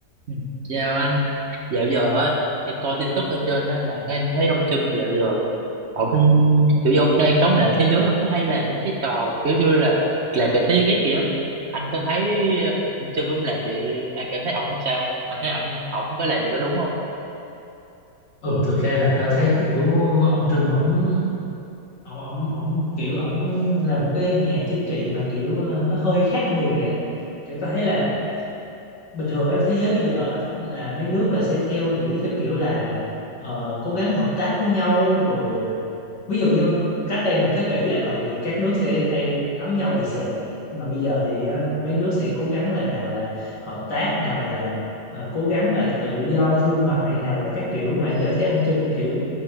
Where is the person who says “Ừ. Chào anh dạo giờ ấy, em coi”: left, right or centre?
Right